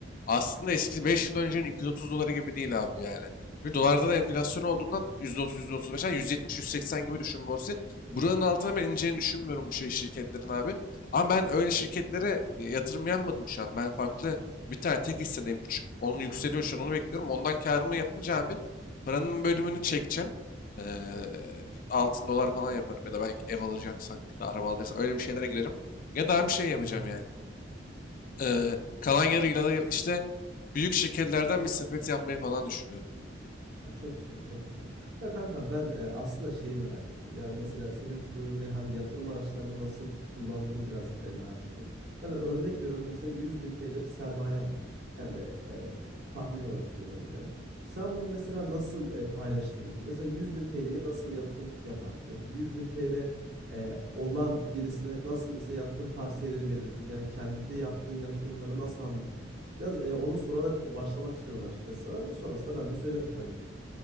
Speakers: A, on the left (about 45°); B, on the right (about 60°).
A: aslında eski 5 yıl öncenin 230 doları gibi değil abi yani. Çünkü dolarda da enflasyon olduğundan
B: Hı
A: %30, %35, yani yüz yetmiş, yüz seksen gibi düşün borsayı. Buranın altına ben ineceğini düşünmüyorum bu şey şirketlerin abi. Ama ben öyle şirketlere e, yatırım yapmadım şu an. Ben farklı bir tane tek hissedeyim küçük. Onun yükseliyor şu an onu bekliyorum. Ondan karımı yapınca abi paranın bölümünü çekeceğim. Eee altın dolar falan yaparım ya da belki ev alacaksak, ya da araba alacaksak öyle bir şeylere girerim. Ya daha bir şey yapacağım
B: hı.
A: yani. Eee, kalan yarıyla da işte büyük şirketlerden bir sepet yapmayı falan düşünüyorum.
B: Ya çok güzel, çok güzel. Ya kanka ben e, aslında şeyi merak ettim. Yani mesela senin böyle hani yatırım araçlarını nasıl kullandığını biraz e, merak ettim. Yani örnek veriyorum mesela yüz bin TL bir sermayem var. Yani e, tahmin olarak söylüyorum yani. Sen bunu mesela nasıl e, paylaştırırdın? Mesela yüz bin TL'yi nasıl yatırım yapardın? Mesela yüz bin TL e, olan birisine nasıl mesela yatırım tavsiyeleri verirdin? Yani kendi yaptığın yatırımları nasıl anlatırdın? Biraz e, onu sorarak başlamak istiyorum açıkçası sana. Sonrasında ben de söylerim tabii ki.